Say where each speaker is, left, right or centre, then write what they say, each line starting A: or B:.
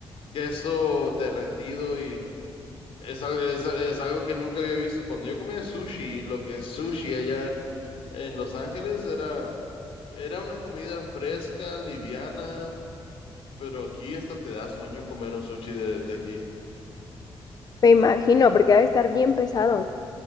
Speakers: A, on the left (about 80°); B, on the left (about 45°).
A: queso derretido y es, al- es, es algo que nunca había visto. Cuando yo comía sushi, lo que es sushi allá en, en Los Ángeles era... Era una comida fresca, liviana, pero aquí hasta te da sueño comer un sushi de, de aquí.
B: Me imagino, porque ha de estar bien pesado.